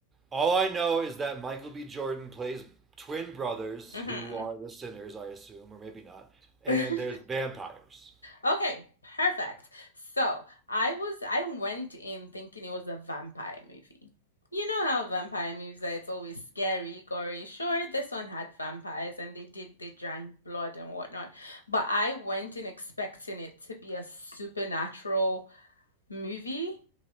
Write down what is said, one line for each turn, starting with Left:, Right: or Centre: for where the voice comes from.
Right: All I know is that Michael B. Jordan plays twin brothers
Left: hmm
Right: who are the sinners, I assume, or maybe not. And
Left: <laughs>
Right: there's vampires.
Left: Okay, perfect. So I was I went in thinking it was a vampire movie. You know how vampire movies are, it's always scary, gory. Sure, this one had vampires and they did they drank blood and whatnot. But I went in expecting it to be a supernatural movie